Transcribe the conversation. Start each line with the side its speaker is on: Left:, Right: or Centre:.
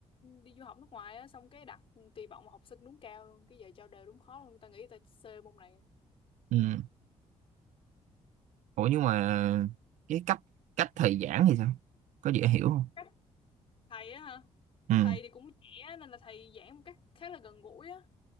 Left: đi du học nước ngoài á xong cái đặt kỳ vọng học sinh đúng cao luôn cái giờ cho đề đúng khó luôn tao nghĩ tao C môn này
Right: ừ. ủa nhưng mà cái cách cách thầy giảng thì sao có dễ hiểu không
Left: Cách thầy á hả
Right: ừ
Left: thầy thì cũng trẻ nên là thầy giảng một cách khá là gần gũi á